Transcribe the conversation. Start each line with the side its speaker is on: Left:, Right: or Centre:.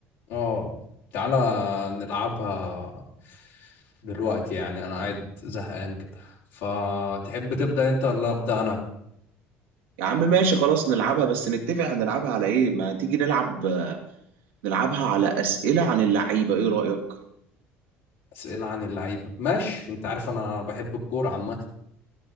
Left: اه تعالى نلعبها دلوقتي يعني انا قاعد زهقان كده فتحب تبدا انت ولا ابدا انا
Right: يا عم ماشي خلاص نلعبها بس نتفق هنلعبها على ايه ما تيجي نلعب آه، نلعبها على اسئله عن اللعيبه ايه رايك
Left: اسئله عن اللعيبه ماشي انت عارف انا بحب الكوره عامه